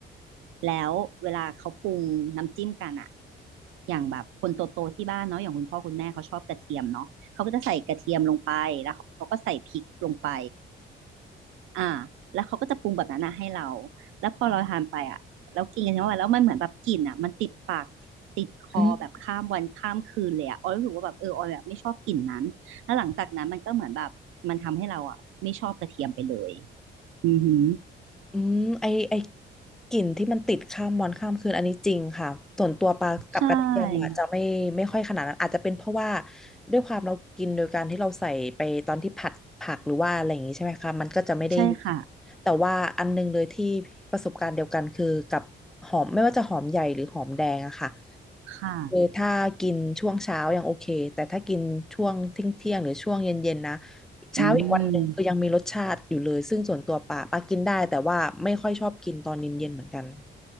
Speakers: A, on the right (about 80°); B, in the centre.
A: แล้วเวลาเขาปรุงน้ำจิ้มกันอ่ะอย่างแบบคนโตๆที่บ้านเนาะอย่างคุณพ่อคุณแม่เขาชอบกระเทียมเนาะเขาก็จะใส่กระเทียมลงไปแล้วเขาก็ใส่พริกลงไป อ่าแล้วเขาก็จะปรุงแบบนั้นนะให้เราแล้วพอเราทานไปอ่ะแล้วกินกันทั้งวันแล้วมันเหมือนแบบกลิ่นอ่ะมันติดปากติดคอแบบข้ามวันข้ามคืนเลยอ่ะออยรู้สึกว่าแบบเออออยแบบไม่ชอบกลิ่นนั้นแล้วหลังจากนั้นมันก็เหมือนแบบมันทำให้เราอ่ะไม่ชอบกระเทียมไปเลย
B: อืม
A: อือหือ
B: อืมไอไอกลิ่นที่มันติดข้ามวันข้ามคืนอันนี้จริงค่ะส่วนตัวปลากับกระเทียมอาจจะไม่ไม่ค่อยขนาดนั้นอาจจะเป็นเพราะว่า
A: ใช่
B: ด้วยความเรากินโดยการที่เราใส่ไปตอนที่ผัดผักหรือว่าอะไรอย่างนี้ใช่ไหมคะมันก็จะไม่ได้อยู่
A: ใช่ค่ะ
B: แต่ว่าอันนึงเลยที่ประสบการณ์เดียวกันคือกับหอมไม่ว่าจะหอมใหญ่หรือหอมแดงอะค่ะ
A: ค่ะ
B: คือถ้ากินช่วงเช้ายังโอเคแต่ถ้ากินช่วงเที่ยงเที่ยงหรือช่วงเย็นๆนะ เช้าอีกวันหนึ่งคือยังมีรสชาติอยู่เลยซึ่งส่วนตัวป่าป่ากินได้แต่ว่าไม่ค่อยชอบกินตอนเย็นๆเหมือนกัน
A: อืม